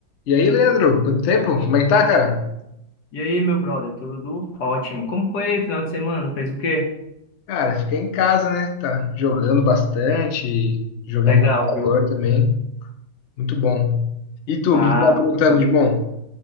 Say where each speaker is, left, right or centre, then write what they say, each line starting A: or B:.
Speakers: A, on the left (about 85°); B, on the left (about 60°).
A: E aí, Leandro, quanto tempo? Como é que tá, cara?
B: E aí, meu brother, tudo ótimo? Como foi o final de semana? Fez o quê?
A: Cara, fiquei em casa, né? Tá jogando bastante, jogando
B: Legal,
A: no computador
B: viu?
A: também. Muito bom. E tu,
B: Ah,
A: o que tá perguntando
B: tô-
A: de bom?